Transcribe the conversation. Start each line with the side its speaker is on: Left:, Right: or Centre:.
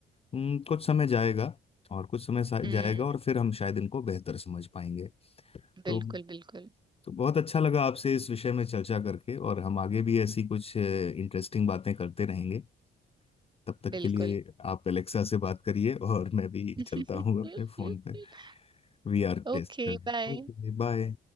Left: हम्म, कुछ समय जाएगा और कुछ समय सा-
Right: हम्म
Left: जाएगा और फिर हम शायद इनको बेहतर समझ पाएंगे तो
Right: बिल्कुल बिल्कुल
Left: तो बहुत अच्छा लगा आपसे इस विषय में चर्चा करके और हम आगे भी ऐसी कुछ इंटरेस्टिंग बातें करते रहेंगे तब तक
Right: बिल्कुल
Left: के लिए आप एलेक्सा से बात करिए और मैं भी
Right: <laughs>
Left: चलता हूँ अपने फोन पे वीआर
Right: ओके
Left: टेस्ट करने
Right: बाय
Left: Okay bye